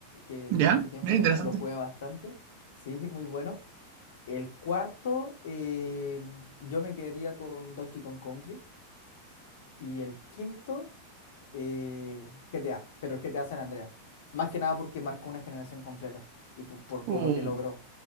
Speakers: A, on the left; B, on the right.
A: que
B: ¿Ya?
A: en su tiempo
B: Mira,
A: lo,
B: interesante.
A: lo jugué bastante. Sí, <laughs> muy bueno. El cuarto, eh, yo me quedaría con Donkey Kong Country. Y el quinto, eh, GTA, pero el GTA San Andreas. Más que nada porque marcó una generación completa y por, por-
B: Uh,
A: por lo que logró.